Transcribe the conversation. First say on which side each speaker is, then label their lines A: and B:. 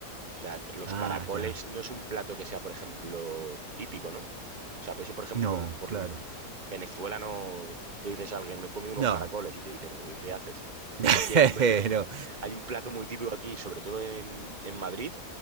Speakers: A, on the right; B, on the right.
A: O sea, los
B: Ah,
A: caracoles
B: ya.
A: no es un plato que sea, por ejemplo, típico, ¿no? O sea, eso, por ejemplo,
B: No,
A: por, por
B: claro.
A: el- Venezuela no le dices a alguien, me he comido unos
B: No.
A: caracoles y te dicen, ¿qué haces?
B: <laughs>
A: Y aquí hay un,
B: Pero.
A: Hay un plato muy típico aquí, sobre todo en, en Madrid,